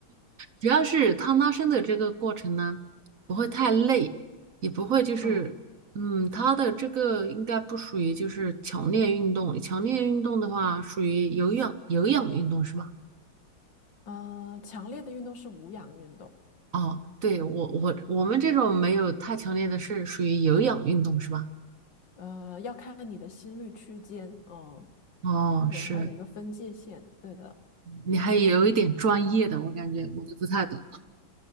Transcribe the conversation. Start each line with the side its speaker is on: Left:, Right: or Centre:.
Right: 主要是它拉伸的这个过程呢，不会太累，也不会就是，
Left: <laughs> 嗯，
Right: 嗯，它的这个应该不属于就是强烈运动，强烈运动的话属于有氧有氧运动是吧？
Left: 呃，强烈的运动是无氧运动，
Right: 哦，对，我我我们这种没有太强烈的是属于有氧运动是吧？
Left: 呃，要看你的心率区间，嗯，
Right: 哦，
Left: 对，
Right: 是，
Left: 它有一个分界线，对的。
Right: 你还有一点专业的，我感觉我都不太懂。